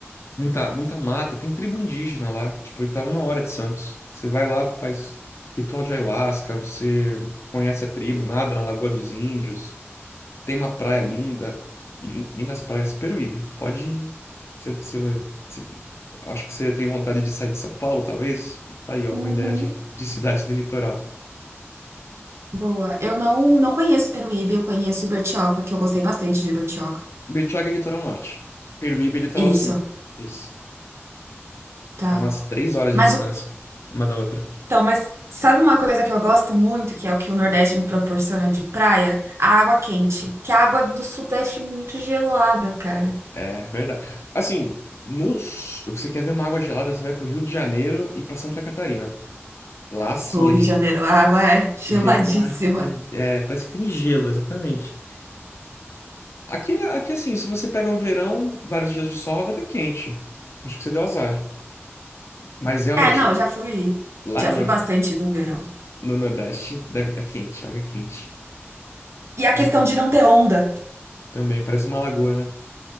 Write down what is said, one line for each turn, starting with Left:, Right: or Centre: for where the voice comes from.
Left: Muita, muita mata, tem tribo indígena lá, tipo, e tá uma hora de Santos. Você vai lá, faz ritual de ayahuasca, você conhece a tribo, nada na Lagoa dos Índios, tem uma praia
Right: Hum,
Left: linda, lin- lindas praias, Peruíbe. Pode. ir. Você, você, você- eu acho que você tem vontade de sair de São Paulo, talvez? Tá Aí, ó,
Right: uhum.
Left: uma ideia de, de cidade do litoral.
Right: Boa. Eu não, não conheço Peruíbe, eu conheço Bertioga, que eu gostei bastante de Bertioga.
Left: Bertioga é litoral norte, Peruíbe é litoral
Right: Isso,
Left: sul. Isso.
Right: tá.
Left: É umas três horas
Right: Mas
Left: de distância
Right: o-
Left: uma da outra.
Right: então, mas sabe uma coisa que eu gosto muito, que é o que o Nordeste me proporciona de praia? A água quente. Que a água do Sudeste é muito gelada, cara.
Left: É verdade. Assim, nos... você quer ver uma água gelada, você vai pro Rio de Janeiro e pra Santa Catarina. Lá sim,
Right: O Rio
Left: é ge-
Right: de Janeiro, a água é <laughs> geladíssima.
Left: gelada. É, é, parece que tem gelo, exatamente. Aqui, aqui assim, se você pega um verão, vários dias de sol, a água tá quente. Acho que você deu azar. Mas realmente,
Right: É, não, eu já fui,
Left: lá
Right: já
Left: no,
Right: fui
Left: nor...
Right: bastante no verão.
Left: no Nordeste, deve... é quente, a água é quente.
Right: E a
Left: Realmente.
Right: questão de não ter onda.
Left: Também, parece uma lagoa, né?